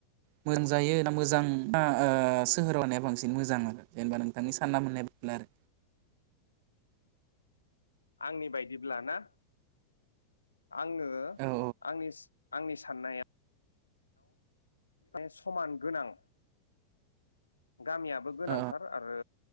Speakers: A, on the right; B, on the left.
A: मोजां जायो ना मोजां सोहोराव होननाया बांसिन मोजां आरो जेनेबा नोंथांनि सानना मोननाय बादिब्ला आरो।
B: आंनि बायदिब्ला ना आङो
A: औ
B: आङो आंनि साननाया समान गोनां। गामियाबो गोनांथार
A: औ
B: आरो।